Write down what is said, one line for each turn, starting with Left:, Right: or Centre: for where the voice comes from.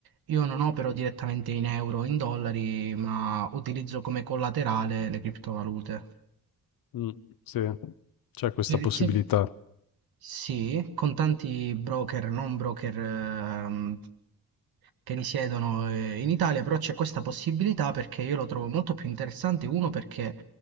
Right: io non opero direttamente in euro, o in dollari, ma utilizzo come collaterale le criptovalute.
Left: mh, sì, c'è questa
Right: Per
Left: possibilità.
Right: il sem- sì, con tanti broker, non broker ehm, che risiedono eh, in Italia, però c'è questa possibilità perché io lo trovo molto più interessante. Uno, perché